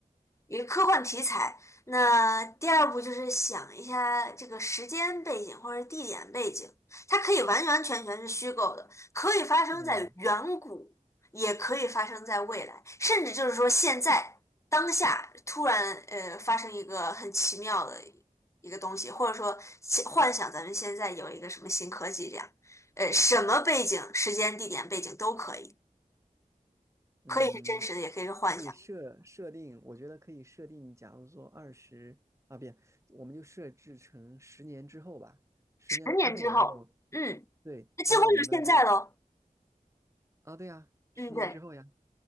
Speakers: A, on the left; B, on the right.
A: 一个科幻题材，那第二步就是想一下这个时间背景或者地点背景，它可以完完全全是虚构的，可以发生在远古，
B: 嗯
A: 也可以发生在未来，甚至就是说现在当下突然呃发生一个很奇妙的一个东西，或者说幻想咱们现在有一个什么新科技这样。呃，什么背景、时间、地点、背景都可以，
B: 嗯，
A: 可以是真实的，也可以是幻想。
B: 可以设设定，我觉得可以设定，假如说二十啊，不，我们就设置成十年之后吧，十年之后，
A: 十年之后，
B: 然后
A: 嗯，
B: 对，
A: 那几乎就是现在喽。
B: 然后我们呢就啊，对呀，十年之后呀。
A: 嗯，对